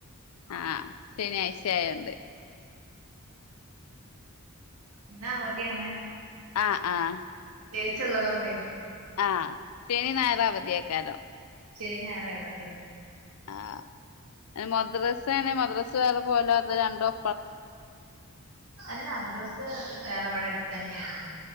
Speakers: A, on the left; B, on the right.
A: ആ ആ ശനിയാഴ്ച ആയോണ്ട്
B: ഇന്ന് അവധ്യാണ്
A: ആ ആ
B: ച്ചള്ളതോണ്ടെ
A: ആ ശനി ഞായറാവത്യേക്കാരം
B: ശനിഞായറ് അവധ്യാണ്
A: ആ മദ്രസ ന്നെ മദ്രസ് വേറെ പോല അപ്പം രണ്ടോപ്
B: അല്ല മദ്രസ് വേറെ വടെ അട് തന്നെണ്